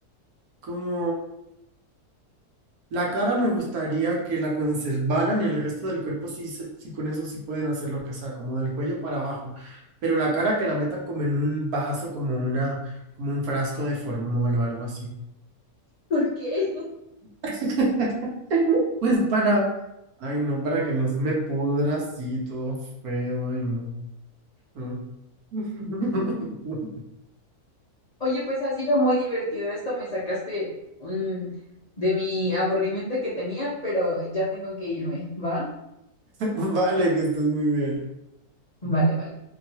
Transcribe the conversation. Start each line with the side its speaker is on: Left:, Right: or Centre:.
Right: Como la cara me gustaría que la conservaran y el resto del cuerpo sí, se- sí con eso sí pueden hacer lo que sea, como del cuello para abajo. Pero la cara que la metan como en un vaso, como una, como un frasco de formol o algo así.
Left: ¿Por qué?
Right: <laughs> Pues para, ay no, para que no se me pudra así todo feo, ay no. Mm. <laughs>
Left: Oye, pues ha sido muy divertido esto, me sacaste mm, de mi aburrimiento que tenía, pero ya tengo que irme, ¿va?
Right: Vale, que estés muy bien.
Left: Vale, vale.